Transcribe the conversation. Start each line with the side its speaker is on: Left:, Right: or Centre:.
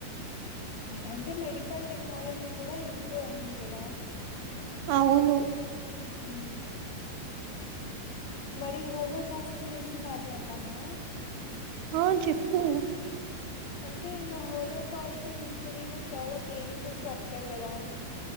Left: అంటే మెడికల్ టెక్నాలజీ కూడా ఇంప్రూవ్ అయింది కదా
Right: అవును
Left: ఉ మరి హోలో కాస్ట్ గురించి మాట్లాడదామా
Right: ఆ చెప్పు
Left: అంటే ఇంకా హోలోకాస్ట్ హిస్టరీలో చాలా పెయిన్ఫుల్ చాప్టర్ కదా